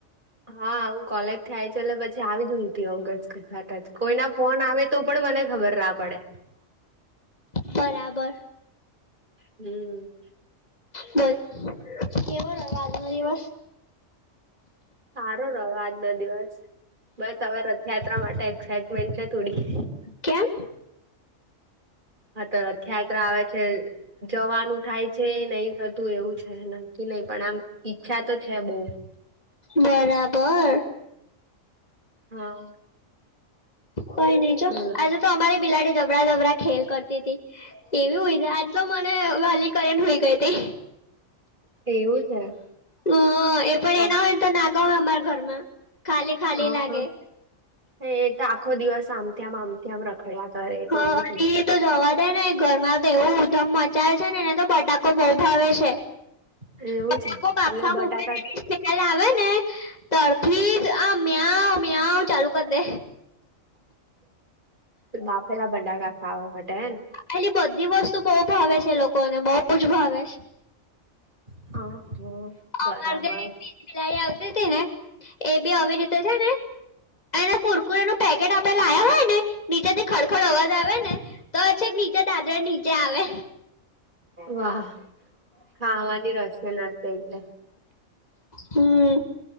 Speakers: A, on the right (about 35°); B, on the left (about 30°).
A: હા હું કોલેજથી આાયી એટલે પ આવી <unintelligible> જ કોઈ ના ફોન આવે તો પણ મને ખબર ના પડે
B: બરાબર.
A: હમ્મ.
B: બોલ. કેવો રહ્યો આજનો દિવસ?
A: સારો રહ્યો આજનો દિવસ બસ હવે રથયાત્રા માટે એક્સાઇટમેન્ટ છે, થોડી
B: કેમ?
A: હા તો રથયાત્રા આવે છે. જવાનું થાય છે, નહી થતું એવું છે, નક્કી નય પણ આમ ઈચ્છા તો છે, બો
B: બરાબર.
A: હા.
B: કઈ નઈ જો
A: બોલો.
B: આજે તો અમારી બિલાડી જબડા જબડા ખેલ કરતી તી એવી હુય આજે તો મને વાલી કરે ન હુય ગઈ તી
A: એવું છે.
B: હ એ પણ
A: હા
B: એના હોય તો નાગવે અમાર ઘરમાં ખાલી ખાલી
A: હ
B: લાગે
A: હ એ તો આખો દિવસ આમથી આમ આમથી આમ રખડયા કરે એટલે
B: હ
A: એવું જ ને
B: એ તો જવા દે ને ઘરમાં તો એવું ઉધમ મચાય છે ને ને તો બટાકો બો ભાવે છે.
A: ને એવું
B: બટાકો
A: છે
B: બાપફા
A: એટલે બટાકા
B: <unintelligible> કાલે આવે ને ત્યારથી જ આ મ્યાંવ મ્યાંવ ચાલુ કરી દે
A: બાફેલા બડાકા ખાવા માટે ન
B: એેલી બધી વસ્તુ બો ભાવે છે, એ લોકોને બો જ ભાવે છે.
A: હ હ બરાબર
B: અમારે ત્યાં એક બીજી બિલાડી આવતી હતી ને એ બી આવી રીતે છે ને એ ને કુરકુરે નું પેકેટ આપે લ્યા હોય ને નીચે થી ખડખડ અવાજ આવે ને તો છેક નીચે દાદરા નીચે આવે.
A: વાહ ખાવાની રોશન હશે એટલે.
B: હમ્મ